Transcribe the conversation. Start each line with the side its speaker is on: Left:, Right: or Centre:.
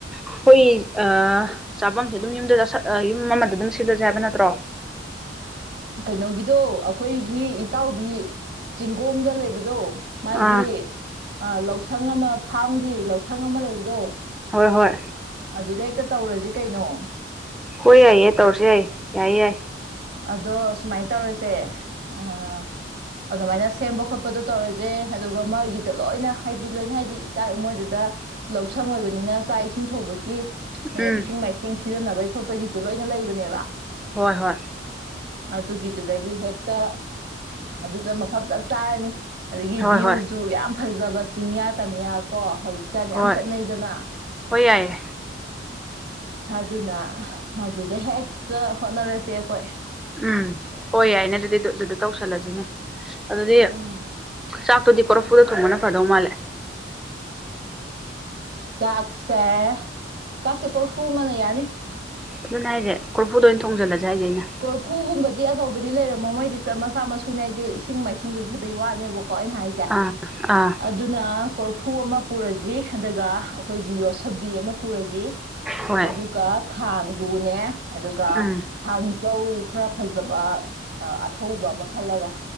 Centre: ꯈꯣꯏ ꯑꯥ ꯆꯥꯕꯝꯁꯦ ꯑꯗꯨꯝ ꯌꯨꯝꯗ ꯆꯥꯁꯟ ꯑ ꯌꯨꯝ ꯑꯃꯗ ꯑꯗꯨꯝ ꯁꯤꯜꯂꯁꯦ ꯍꯥꯏꯕ ꯅꯠꯇ꯭ꯔꯣ
Right: ꯀꯩꯅꯣꯒꯤꯗꯣ ꯑꯈꯣꯏꯒꯤ ꯏꯇꯥꯎꯕꯤ ꯆꯤꯡꯒꯣꯡꯗ ꯂꯩꯕꯗꯣ ꯃꯥꯒꯤ
Centre: ꯑꯥ
Right: ꯑ ꯂꯧꯁꯪ ꯑꯃ ꯐꯥꯝꯒꯤ ꯂꯧꯁꯪ ꯑꯃ ꯂꯩꯕꯗꯣ
Centre: ꯍꯣꯏ ꯍꯣꯏ
Right: ꯑꯗꯨꯗ ꯍꯦꯛꯇ ꯇꯧꯔꯁꯤ ꯀꯩꯅꯣ
Centre: ꯍꯣꯏ ꯌꯥꯏꯌꯦ ꯇꯧꯔꯁꯤ ꯌꯥꯏꯌꯦ ꯌꯥꯏꯌꯦ ꯌꯥꯏ
Right: ꯑꯗꯣ ꯁꯨꯃꯥꯏꯅ ꯇꯧꯔꯁꯦ ꯑ ꯑꯗꯨꯃꯥꯏꯅ ꯁꯦꯝꯕ ꯈꯣꯠꯄꯗꯣ ꯇꯧꯔꯁꯦ ꯑꯗꯨꯒ ꯃꯣꯏꯒꯤꯗ ꯂꯣꯏꯅ ꯍꯥꯏꯗꯤ ꯂꯣꯏꯅ ꯍꯥꯏꯗꯤ ꯆꯥꯛ ꯃꯣꯏꯗꯨꯗ ꯂꯧꯁꯪ ꯑꯣꯏꯕꯅꯤꯅ ꯆꯥꯛ ꯏꯁꯤꯡ ꯊꯣꯡꯕꯒꯤ
Centre: ꯎꯝ
Right: ꯏꯁꯤꯡ ꯃꯥꯏꯁꯤꯡ ꯁꯤꯖꯤꯟꯅꯕꯒꯤ ꯈꯣꯠꯄꯒꯤꯁꯨ ꯂꯣꯏꯅ ꯂꯩꯕꯅꯦꯕ
Centre: ꯍꯣꯏ ꯍꯣꯏ
Right: ꯑꯗꯨꯒꯤꯗꯨꯗꯒꯤ ꯍꯦꯛꯇ ꯑꯗꯨꯗ ꯃꯐꯝ ꯆꯞ ꯆꯥꯔꯅꯤ ꯑꯗꯒꯤ
Centre: ꯍꯣꯏ
Right: ꯚ꯭ꯌꯨꯁꯨ
Centre: ꯍꯣꯏ
Right: ꯌꯥꯝ ꯐꯖꯕ ꯆꯤꯡꯌꯥ ꯇꯝꯌꯥ ꯀꯣ ꯍꯧꯖꯤꯛꯀꯥꯟ
Centre: ꯍꯣꯏ
Right: ꯌꯥꯝ ꯆꯠꯅꯩꯗꯅ
Centre: ꯍꯣꯏ ꯌꯥꯏꯌꯦ
Right: ꯑꯗꯨꯅ ꯑꯗꯨꯗ ꯍꯦꯛꯇ ꯍꯣꯠꯅꯔꯁꯦ ꯑꯈꯣꯏ
Centre: ꯎꯝ ꯍꯣꯏ ꯌꯥꯏꯅꯦ ꯑꯗꯨꯗꯤ ꯗꯨꯗꯨꯗ ꯇꯧꯁꯜꯂꯁꯤꯅꯦ ꯑꯗꯨꯗꯤ
Right: ꯎꯝ
Centre: ꯆꯥꯛꯇꯨꯗꯤ ꯀꯣꯔꯐꯨꯗ ꯊꯣꯡꯕꯅ ꯐꯗꯧ ꯃꯥꯜꯂꯦ
Right: <inaudible> ꯆꯥꯛꯁꯦ ꯆꯥꯛꯁꯦ ꯀꯣꯔꯐꯨ ꯑꯃꯅ ꯌꯥꯅꯤ
Centre: ꯑꯗꯨꯅꯦ ꯍꯥꯏꯁꯦ ꯀꯣꯔꯐꯨꯗ ꯑꯣꯏꯅ ꯊꯣꯡꯖꯜꯂꯁꯦ ꯍꯥꯏꯁꯦ ꯑꯩꯅ
Right: ꯀꯣꯔꯐꯨꯒꯨꯝꯕꯗꯤ ꯑꯆꯧꯕꯗꯤ ꯂꯩꯔꯝꯃꯣ ꯃꯣꯏꯗꯤ ꯃꯆꯥꯥ ꯃꯁꯨꯅꯦ ꯍꯥꯏꯗꯤ ꯏꯁꯤꯡ ꯃꯥꯏꯁꯤꯡꯗꯨꯒꯤ ꯈꯛꯇꯒꯤ ꯋꯥꯅꯦꯕꯀꯣ ꯑꯩꯅ ꯍꯥꯏ ꯆꯦ
Centre: ꯑꯥ ꯑꯥ
Right: ꯑꯠ ꯗꯨꯅ ꯀꯣꯔꯐꯨ ꯑꯃ ꯄꯨꯔꯖꯤ ꯑꯗꯨꯒ ꯑꯩꯈꯣꯏꯒꯤ ꯌꯣꯠꯁꯕꯤ ꯑꯃ ꯄꯨꯔꯖꯤ
Centre: ꯍꯣꯏ
Right: ꯑꯗꯨꯒ ꯈꯥꯡꯗꯨꯅꯦ ꯑꯗꯨꯒ
Centre: ꯎꯝ
Right: ꯊꯥꯡꯖꯧ ꯈꯔ ꯐꯖꯕ ꯑ ꯑꯊꯧꯕ ꯑꯃ ꯈꯜꯂꯒ